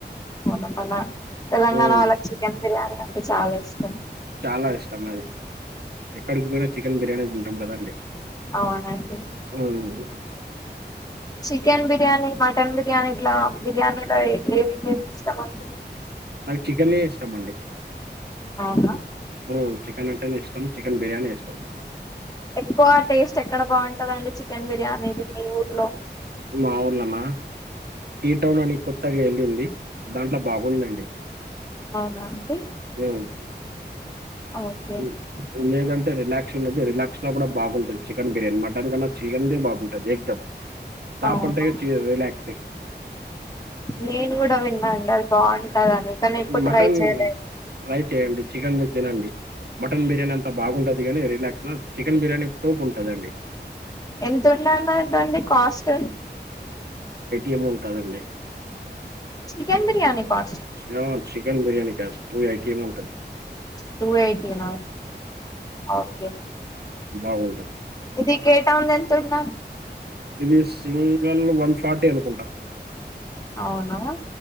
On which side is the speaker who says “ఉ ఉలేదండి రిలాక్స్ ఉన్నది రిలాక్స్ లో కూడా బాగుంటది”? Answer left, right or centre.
Right